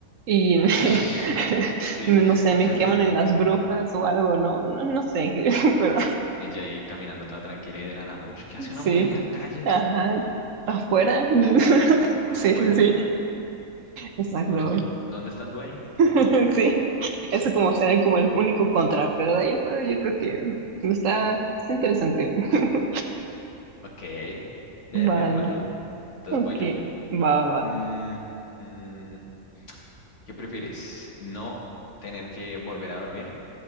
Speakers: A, on the right (about 65°); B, on the left (about 55°).
A: y me-
B: <laughs>
A: <laughs>
B: Sí,
A: no sé, me
B: tal
A: queman
B: vez,
A: en
B: tal
A: las
B: vez.
A: brujas o algo, no, no, no sé, <laughs> pero
B: Ella ahí caminando toda tranquila y de la nada. Ush, ¿qué hace
A: sí,
B: una mujer en la calle?
A: ajá, afuera, <laughs>
B: ¿Afuera?
A: sí, sí, sí, exacto,
B: No, no, no. ¿Dónde está el dueño?
A: <laughs> sí, eso como será como el único contra, pero de ahí afuera yo creo que está, está interesante, <laughs>
B: Ok. Bien,
A: vale,
B: bien, válido. Entonces
A: ok,
B: voy yo.
A: va, va, va.
B: Mm, mm, ¿qué prefieres? ¿No tener que volver a dormir